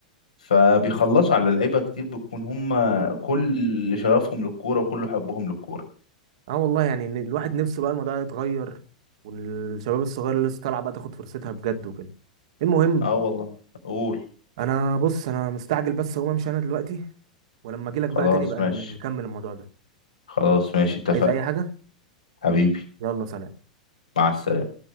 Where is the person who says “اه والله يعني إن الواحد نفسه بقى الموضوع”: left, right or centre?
Right